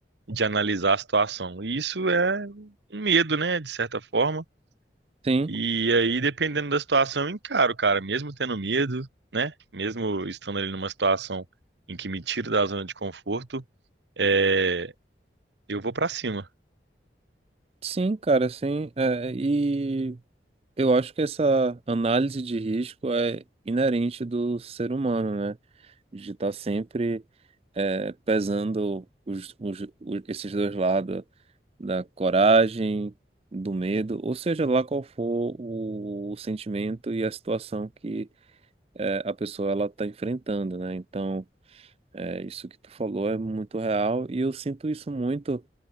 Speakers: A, on the right; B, on the right.
A: de analisar a situação. E isso é um medo, né, de certa forma.
B: Sim,
A: E aí, dependendo da situação, eu encaro, cara, mesmo tendo medo, né? Mesmo estando ali numa situação em que me tira da zona de conforto, é, eu vou pra cima.
B: sim, cara, sim. É, e eu acho que essa análise de risco é inerente do ser humano, né? De estar sempre é, pesando os, os, os- esses dois lados da coragem, do medo, ou seja lá qual for o, o sentimento e a situação que é, a pessoa ela está enfrentando, né? Então, é, isso que tu falou é muito real e eu sinto isso muito